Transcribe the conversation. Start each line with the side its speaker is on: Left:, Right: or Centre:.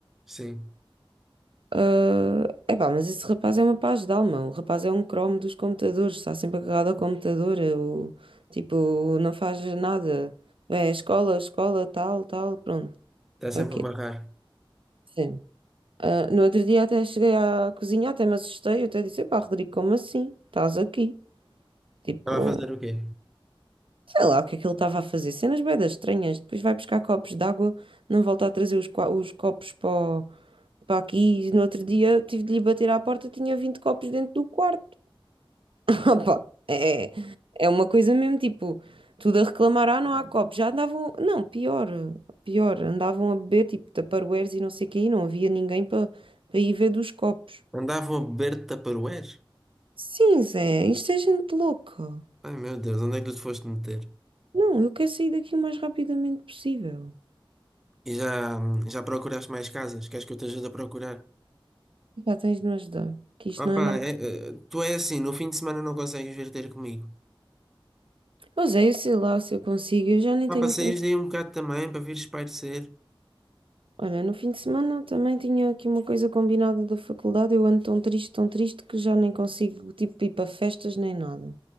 Centre: Sim.
Right: Ah, epá, mas esse rapaz é uma paz de alma. O rapaz é um cromo dos computadores, está sempre agarrado ao computador. Eu, tipo, não faz nada. É escola, escola, tal, tal, pronto.
Centre: Está sempre
Right: É o quê?
Centre: a amarrar.
Right: Sim. Ah, no outro dia até cheguei à cozinha, até me assustei. Eu até disse: pá, Rodrigo, como assim? Estás aqui? Tipo.
Centre: Estava a fazer o quê?
Right: Sei lá o que é que ele estava a fazer. Cenas buedas estranhas. Depois vai buscar copos de água, não volta a trazer os, qua- os copos para para aqui. E no outro dia tive de lhe bater à porta, tinha 20 copos dentro do quarto. <laughs> Opa, é, é uma coisa mesmo, tipo, tudo a reclamar, ah, não há copos. Já andavam, não, pior, pior, andavam a beber, tipo, Tupperwares e não sei o quê, e não havia ninguém para para ir ver dos copos.
Centre: Andavam a beber Tupperware?
Right: Sim, Zé, isto é gente louca.
Centre: Ai meu Deus, onde é que tu te foste meter?
Right: Não, eu quero sair daqui o mais rapidamente possível.
Centre: E já, já procuraste mais casas? Queres que eu te ajude a procurar?
Right: Pá, tens de me ajudar, que isto
Centre: Opa,
Right: não é nada.
Centre: é, é, tu é assim, no fim de semana não consegues vir ter comigo.
Right: Pois é, eu sei lá se eu consigo, eu já nem
Centre: Pá,
Right: tenho.
Centre: para saíres daí um bocado também, para vires espairecer.
Right: Olha, no fim de semana também tinha aqui uma coisa combinada da faculdade, eu ando tão triste, tão triste que já nem consigo, tipo, ir para festas nem nada.